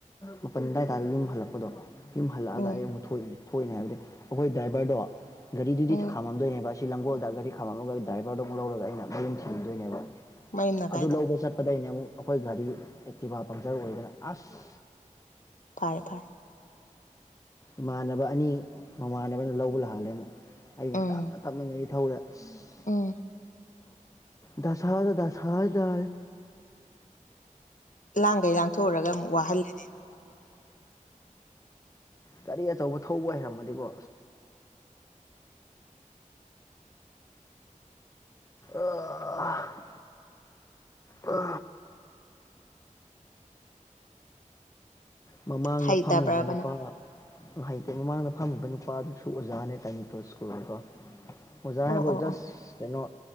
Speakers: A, on the left; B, on the left.
A: ꯃꯥꯄꯜ ꯑꯗꯨꯋꯥꯏ ꯇꯥꯔ ꯌꯨꯝ ꯍꯜꯂꯛꯄꯗꯣ ꯌꯨꯝ ꯍꯜꯂꯛꯑꯒ
B: ꯎꯝ
A: ꯑꯩ ꯑꯃꯨꯛ ꯊꯣꯛꯏꯅꯦ ꯊꯣꯛꯏꯅꯦ ꯍꯥꯏꯕꯗꯤ ꯑꯩꯈꯣꯏ ꯗ꯭ꯔꯥꯏꯚꯔꯗꯣ ꯒꯥꯔꯤꯗꯨꯗꯤ
B: ꯎꯝ
A: ꯊꯛ ꯈꯥꯝꯃꯝꯗꯣꯏꯅꯦꯕ ꯁꯤ ꯂꯪꯒꯣꯜꯗ ꯒꯥꯔꯤ ꯈꯥꯝꯃꯒ ꯗ꯭ꯔꯥꯏꯕꯔꯗꯣ ꯑꯃꯨꯛ ꯂꯧꯔꯒ ꯑꯩꯅ ꯃꯌꯨꯝ ꯊꯤꯟꯅꯗꯣꯏꯅꯦꯕ
B: ꯃꯌꯨꯝꯅ
A: ꯑꯗꯨ
B: ꯀꯥꯏꯗ
A: ꯂꯧꯕ ꯆꯠꯄꯗꯩꯅꯦ ꯑꯃꯨꯛ ꯑꯩꯈꯣꯏ ꯒꯥꯔꯤ ꯑꯦꯛꯇꯤꯚꯥ ꯄꯪꯆꯔ ꯑꯣꯏꯗꯅ ꯑꯁ
B: ꯐꯔ ꯐꯔ
A: ꯏꯃꯥꯟꯅꯕ ꯑꯅꯤ ꯃꯃꯥꯟꯅꯕꯅ ꯂꯧꯕ ꯂꯥꯜꯂꯦ ꯑꯃꯨꯛ ꯑꯩꯅ
B: ꯎꯝ
A: ꯇꯞꯅ ꯇꯞꯅ ꯉ ꯅꯤꯡꯊꯧꯗ ꯑꯁ
B: ꯎꯝ
A: ꯗꯁꯥꯅꯤ ꯗꯁꯥ ꯍꯥꯏꯇꯥꯔꯦ
B: ꯂꯥꯡꯈꯩ ꯂꯥꯡꯊꯣꯛꯎꯔꯒ ꯑꯃꯨꯛ ꯋꯥꯍꯜꯂ
A: ꯒꯥꯔꯤ ꯑꯆꯧꯕ ꯊꯧꯕ ꯑꯣꯏꯔꯝꯃꯗꯤꯕꯣ ꯑ ꯑ ꯑ ꯃꯃꯥꯡꯗ
B: ꯍꯩꯇꯕ꯭ꯔꯕ
A: ꯐꯝꯃꯤꯕ ꯅꯨꯄꯥ
B: ꯅꯪ
A: ꯍꯩꯇꯦ ꯃꯃꯥꯡꯗ ꯐꯝꯃꯤꯕ ꯅꯨꯄꯥꯗꯨꯁꯨ ꯑꯣꯖꯥꯅꯦ ꯇꯥꯏꯅꯤꯇꯣ ꯁ꯭ꯀꯨꯜꯗꯀꯣ ꯑꯣꯖꯥ
B: ꯑꯣ
A: ꯍꯥꯏꯕꯨ
B: ꯑꯣ
A: ꯖꯁ
B: ꯑꯣ
A: ꯀꯩꯅꯣ